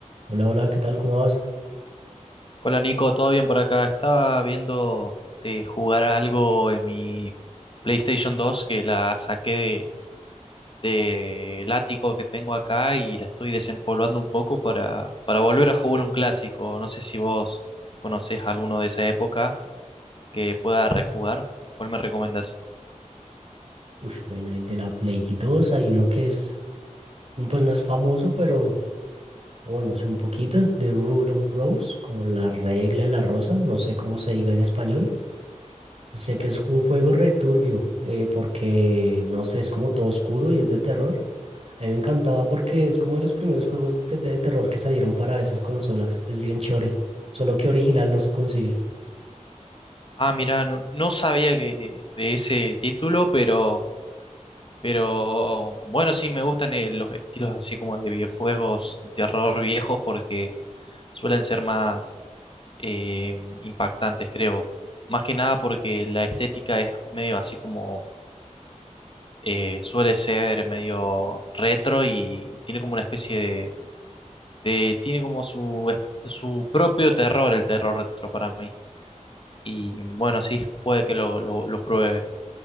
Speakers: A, on the right; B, on the left.
A: Hola, hola, ¿qué tal? ¿Cómo vas?
B: Hola Nico, ¿todo bien por acá? Estaba viendo de jugar algo en mi PlayStation 2 que la saqué de, del ático que tengo acá y la estoy desempolvando un poco para, para volver a jugar un clásico. No sé si vos conocés alguno de esa época que pueda rejugar. ¿Cuál me recomendás?
A: Uy, mena, el de la Play 2, hay uno que es, pues no es famoso, pero bueno, sí un poquito, es The Rule of Rose, como la regla de la rosa, no sé cómo se diga en español. Sé que es un juego returbio, porque no sé, es como todo oscuro y es de terror. A mí me encantaba porque es como de los primeros juegos de, te- de terror que salieron para esas consolas, es bien chévere, solo que original no se consigue.
B: Ah, mira, no, no sabía que, de ese título, pero, pero bueno, sí me gustan eh, los estilos así como de videojuegos de terror viejos porque suelen ser más eh, impactantes, creo. Más que nada porque la estética es medio así como eh, suele ser medio retro y tiene como una especie de, de- tiene como su, es- su propio terror, el terror retro para mí. Y bueno, sí, puede que lo, lo, lo pruebe.